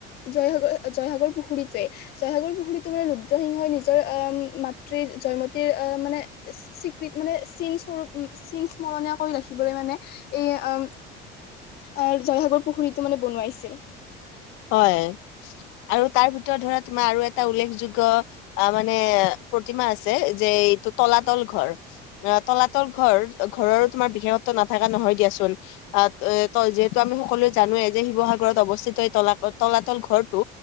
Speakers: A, on the left; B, on the left.
A: জয়সাগৰ জয়সাগৰ পুখুৰীটোৱে জয়সাগৰ পুখুৰীটো মানে ৰুদ্ৰসিংহই নিজৰ মাতৃৰ জয়মতীৰ মানে স্বীকৃ মানে চিন স্বৰূপ চিন স্মৰণীয় কৰি ৰাখিবলৈ মানে এই আম অ জয়সাগৰ পুখুৰীটো মানে বনোৱাইছিল।
B: হয় আৰু তাৰ ভিতৰত ধৰা তোমাৰ আৰু এটা উল্লেখযোগ্য আ মানে প্ৰতিমা আছে যে এইটো তলাতল ঘৰ অ তলাতল ঘৰ ঘৰৰো তোমাৰ বিশেষ নাথাকা নহয় দিয়াচোন আহ ত যিহেতু আমি সকলোৱে জানোৱে যে শিৱসাগৰত অৱস্থিত এই তলা তলাতল ঘৰটো